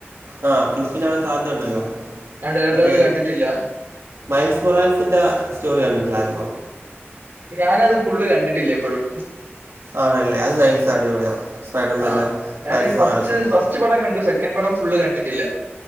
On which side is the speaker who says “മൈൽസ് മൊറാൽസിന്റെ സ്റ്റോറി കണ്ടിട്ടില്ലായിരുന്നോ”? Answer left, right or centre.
Right